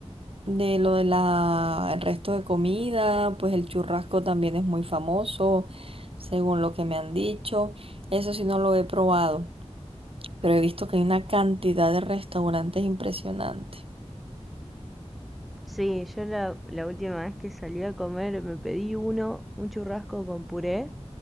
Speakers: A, on the right; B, in the centre.
A: de lo de la, el resto de comida, pues el churrasco también es muy famoso, según lo que me han dicho. Eso sí no lo he probado, pero he visto que hay una cantidad de restaurantes impresionante.
B: Sí, yo la, la última vez que salí a comer me pedí uno, un churrasco con puré.